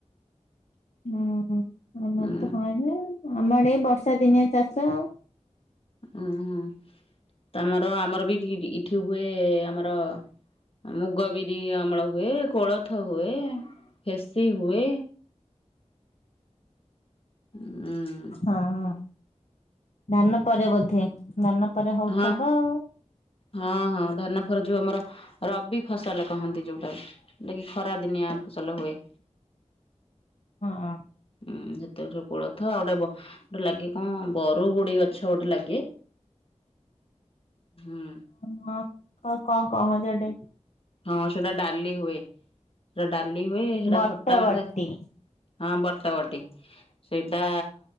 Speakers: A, on the left; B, on the left.
A: ହୁଁ ଆମର
B: ହୁଁ
A: ତ ହଏନି ଆମର ଆଡ଼େ ଏଇ ବର୍ଷା ଦିନିଆ ଚାଷ।
B: ଆହା। ତମର ଆମର ବି ଇଠି କିଠି ଇଠି ହୁଏ ଆମର ମୁଗ ବିରି, ଅମଳ ହୁଏ। କୋଳଥ ହୁଏ। ଫେସି ହୁଏ। ହୁଁ।
A: ହଁ, ହଁ ଧାନ ପରେ ବୋଧେ ଧାନ ପରେ ହଉଥିବ
B: ହଁ
A: ଆଉ।
B: ହଁ, ହଁ ଧାନ ଫରେ ଯୋଉ ଆମର ରବି ଫସଲ କହନ୍ତି ଯୋଉଟାକୁ ଟାକି ଖରା ଦିନିଆ ଫସଲ ହୁଏ।
A: ହଁଅଁ।
B: ହୁଁ, ସେତେରେ କୋଳଥ ଆଉ କେ ବ ଟେ ଲାଗେ କଁ ବରୁଗୁଡି଼ ଗଛ ଗୋଟେ ଲାଗେ ହୁଁ।
A: ହଁ ହଁ କ କଁ କହନ୍ତି ଅଟେ
B: ହଁ ସେଟା ଡାଲି ହୁଏ ସେଟା ଡାଲି ହୁଏ ସେଟା
A: ବଟ
B: ଖଟା
A: ବଟି।
B: ମିଠା ହଁ ବଟ ବଟି। ସେଇଟା